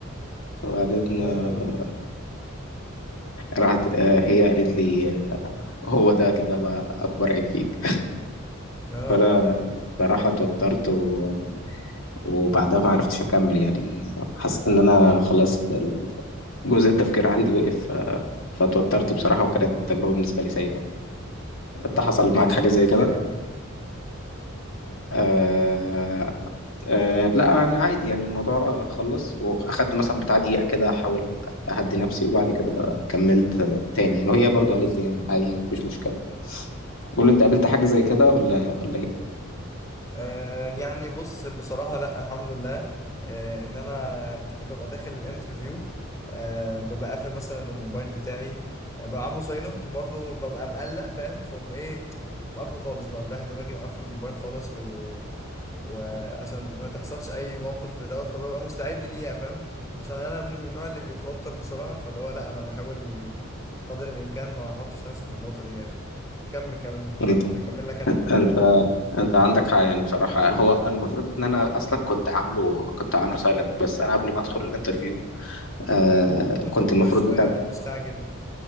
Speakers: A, on the left; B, on the left.
A: فبعدين
B: أوه
A: آه، راحت آه، هي قالت لي آه، هو ده كده بقى أكبر عيب فيك
B: آه
A: فأنا صراحة اتوترت و... وبعدها ما عرفتش أكمل يعني حسيت إن أنا خلاص جزء التفكير عندي وقف آه، فاتوترت بصراحة وكانت تجربة بالنسبة لي سيئة أنت
B: طب
A: حصل
B: عملت ايه
A: معاك
B: اتصرفت
A: حاجة زي
B: ازاي
A: كده؟
B: بقى
A: آه، أه لا انا عادي يعني الموضوع خلص واخدت مثلا بتاع دقيقه كده احاول اهدي نفسي وبعد كده كملت آه، تاني يعني وهي برضو قالت لي عادي يعني مفيش مشكله قول لي انت قابلت حاجه زي كده ولا ولا ايه
B: آه يعني بص بصراحة لا الحمد لله آه ان انا ببقى داخل الانترفيو آه ببقى قافل مثلا الموبايل بتاعي آه، ببقى عامله سايلنت وبرضه ببقى مقلق فاهم فقوم ايه مقفله خالص بقى مريح دماغي مقفل الموبايل خالص و... وعشان ما تحصلش اي موقف لدوت فببقى مستعد ليها فاهم عشان انا من النوع اللي بيتوتر بسرعة فاللي هو لا انا بحاول قدر الامكان ما احطش نفسي في النقطة دي يعني كمل كمل
A: انت
B: ولا هكمل لك انا
A: انت انت عندك حق يعني بصراحه هو المفروض ان انا اصلا كنت عامله كنت عامله سايلنت بس انا قبل ما ادخل الانترفيو آه
B: كنت متوتر
A: كنت المفروض
B: شوية
A: متابع
B: ومستعجل